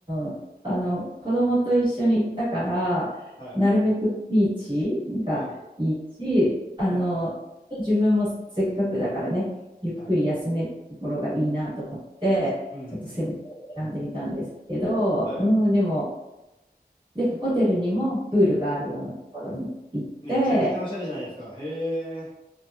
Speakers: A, on the right (about 30°); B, on the left (about 30°).
A: ん。あの、子供と一緒に行ったから、
B: はい。
A: なるべくビーチがいいし、
B: うん、
A: あの、
B: うん、
A: 自分もせっかくだからね、ゆっくり休めるところがいいなと思って、
B: はい。うん。
A: ちょっとセブ島を選んでみたんですけど、
B: はい。
A: うん、でも、で、
B: やっぱ
A: ホテルにもプールがあるようなところに行って、
B: うん。めちゃくちゃおしゃれじゃないですか。へえ。